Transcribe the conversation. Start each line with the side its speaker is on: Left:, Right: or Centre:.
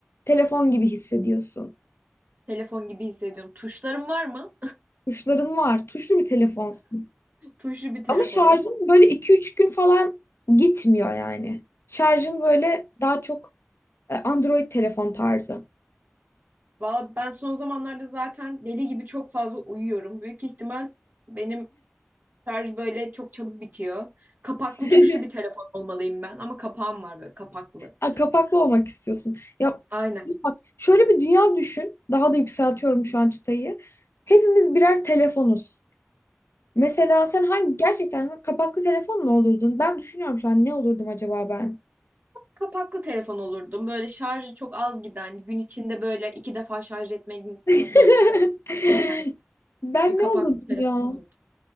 Left: telefon gibi hissediyorsun.
Right: <laughs> Telefon gibi hissediyorum. Tuşlarım var mı?
Left: Tuşların var. Tuşlu bir telefonsun.
Right: Tuşlu bir telefonum.
Left: Ama şarjın böyle iki üç gün falan gitmiyor yani. Şarjın böyle daha çok E, Android telefon tarzı.
Right: Valla ben son zamanlarda zaten deli gibi çok fazla uyuyorum. Büyük ihtimal benim şarj böyle çok çabuk bitiyor. Kapaklı
Left: <laughs>
Right: tuşlu bir telefon olmalıyım ben. Ama kapağım var böyle kapaklı.
Left: Ha, Kapaklı olmak istiyorsun. Ya
Right: Aynen.
Left: bak şöyle bir dünya düşün. Daha da yükseltiyorum şu an çıtayı. Hepimiz birer telefonuz. Mesela sen hangi gerçekten sen kapaklı telefon mu olurdun? Ben düşünüyorum şu an ne olurdum acaba ben?
Right: kapaklı telefon olurdum. Böyle şarjı çok az giden, gün içinde böyle iki defa şarj etmenin
Left: <laughs>
Right: böyle şarj gereken
Left: Ben
Right: bir kapaklı
Left: ne olurdum
Right: telefon
Left: ya?
Right: olurdu.